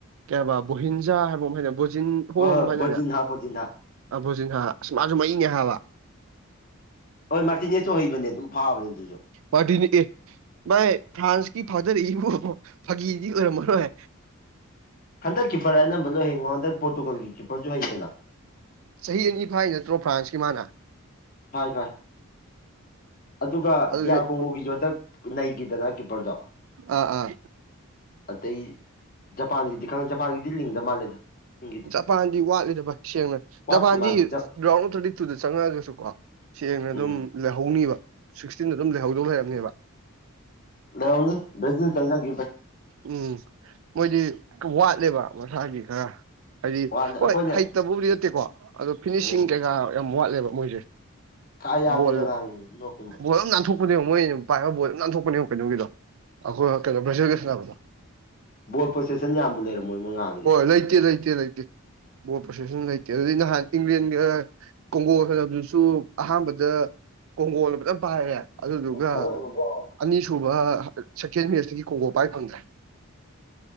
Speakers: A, on the right; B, on the left.
A: ꯀꯩ ꯍꯥꯏ ꯕꯨꯍꯤꯟꯖꯥ ꯍꯥꯏꯕ ꯑꯃ ꯍꯥꯏ ꯕꯣꯖꯤꯟ <unintelligible>
B: ꯍꯣꯏ ꯍꯣꯏ ꯕꯣꯖꯤꯟꯍꯥ ꯕꯣꯖꯤꯟꯍꯥ
A: ꯑꯕꯣꯖꯤꯟ ꯍꯥ ꯑꯁ ꯃꯥꯁꯨ ꯃꯩꯅꯦ ꯍꯥꯏꯕ
B: ꯍꯣꯏ ꯃꯥꯜꯇꯤꯅꯦꯠꯁꯨ ꯍꯩꯕꯅꯦ ꯑꯗꯨꯝ ꯐꯥꯕꯅꯦ ꯑꯗꯨꯁꯨ
A: ꯃꯥꯔꯗꯤꯅꯤ ꯑꯦ ꯃꯥꯏ ꯐ꯭ꯔꯥꯟꯁꯀꯤ ꯐꯥꯗꯔꯛꯏꯕꯣ ꯐꯥꯒꯤꯗꯤ ꯑꯣꯏꯔꯝꯃꯔꯣꯏ
B: ꯍꯟꯗꯛ ꯀꯤꯄꯔ ꯑꯅꯝꯕ ꯂꯣꯏ ꯍꯩꯉꯣ ꯍꯟꯗꯛ ꯄꯣꯔꯇꯨꯒꯜꯒꯤ ꯀꯤꯄꯔꯁꯨ ꯍꯩꯗꯅ
A: ꯆꯍꯤ ꯑꯅꯤ ꯐꯥꯏ ꯅꯠꯇ꯭ꯔꯣ ꯐ꯭ꯔꯥꯟꯁꯀꯤ ꯃꯥꯅ
B: ꯐ ꯐ ꯑꯗꯨꯒ
A: ꯑꯗꯨꯗꯤ
B: ꯗꯤꯌꯥꯔ ꯀꯣꯒꯣꯒꯤꯁꯨ ꯍꯟꯇꯛ ꯅꯩꯈꯤꯗꯅ ꯀꯤꯞꯄꯔꯗꯣ
A: ꯑꯥ ꯑꯥ
B: ꯑꯇꯩ ꯖꯄꯥꯟꯒꯤꯗꯤ ꯈꯪ ꯖꯄꯥꯟꯒꯤꯗꯤ ꯂꯤꯡꯗ ꯃꯥꯜꯂꯦꯗ ꯂꯤꯡꯒꯤꯗꯤ
A: ꯖꯄꯥꯟꯗꯤ ꯋꯥꯠꯂꯤꯗꯕ ꯁꯦꯡꯅ
B: ꯋꯥꯠꯈꯤ
A: ꯖꯄꯥꯟꯗꯤ
B: ꯃꯥꯜꯂꯦ ꯖꯞ
A: ꯔꯥꯎꯟ ꯊꯥꯔꯇꯤ ꯇꯨꯗ ꯆꯪꯉꯛꯑꯒꯁꯨ ꯀꯣ ꯁꯦꯡꯅ
B: ꯎꯝ
A: ꯑꯗꯨꯝ ꯂꯩꯍꯧꯅꯤꯕ ꯁꯤꯛꯁꯇꯤꯟꯗ ꯑꯗꯨꯝ ꯂꯩꯍꯧꯗꯧꯕ ꯍꯥꯏꯩꯞꯅꯦꯕ
B: ꯂ ꯭ꯔꯁ ꯇꯪꯪ
A: ꯎꯝ ꯃꯣꯏꯗꯤ ꯋꯥꯠꯂꯦꯕ ꯃꯁꯥꯒꯤ ꯈꯔ ꯍꯥꯏꯗꯤ
B: ꯋꯥꯠꯂꯦ ꯑꯩꯈꯣꯏꯅ
A: ꯍꯣꯏ ꯍꯩꯇꯕꯕꯨꯗꯤ ꯅꯠꯇꯦꯀꯣ ꯑꯗꯣ ꯐꯤꯅꯤꯁꯤꯡ
B: ꯎꯝ
A: ꯀꯩꯀꯥ ꯌꯥꯝ ꯋꯥꯠꯂꯦꯕ ꯃꯣꯏꯁꯦ
B: ꯀꯥ ꯌꯥꯗꯦꯗ
A: ꯣꯜ
B: ꯉꯥꯡꯉꯤꯁꯦ ꯅꯣꯞꯄꯤ ꯃꯣꯏ
A: ꯣꯜ ꯑꯃ ꯅꯅꯥꯊꯣꯛ ꯊꯣꯛꯄꯅꯦꯣ ꯃꯣꯏ ꯄꯥꯏꯕ ꯕꯣ ꯑꯗꯨ ꯟꯊꯣꯛꯄꯅꯦꯕꯣ ꯀꯩꯅꯣꯒꯤꯗꯣ ꯑꯩꯈꯣꯏꯩꯅꯣ ꯭ꯔꯦꯖꯗꯣ
B: ꯕꯣꯜ ꯄꯣꯁꯦꯁꯟ ꯌꯥꯝꯕꯨ ꯂꯩꯔꯝꯃꯣꯏ ꯃꯣꯏꯉꯥꯟꯒꯤꯗꯣ
A: ꯅꯣꯢꯗꯤ ꯂꯩꯇꯦ ꯂꯩꯇꯦ ꯕꯣꯜ ꯄ꯭ꯔꯣꯁꯦꯁꯟ ꯂꯩꯇꯦ ꯑꯗꯨꯗꯩ ꯅꯍꯥꯟ ꯏꯪꯂꯦꯟꯒ ꯀꯣꯡꯒꯣꯒꯥ ꯁꯅꯥꯕꯗꯨꯁꯨ ꯑꯍꯥꯟꯕꯗ ꯀꯣꯡꯒꯣꯅ ꯐꯖꯥ ꯄꯥꯏ ꯑꯗꯨꯗꯨꯒ
B: ꯑꯗꯨꯗꯨꯀꯣ
A: ꯑꯅꯤꯁꯨꯕ ꯁꯦꯀꯦꯟ ꯃꯦꯁꯇꯒꯤ ꯀꯣꯡꯒꯣ ꯄꯥꯏꯕ ꯐꯪꯗ꯭ꯔꯦ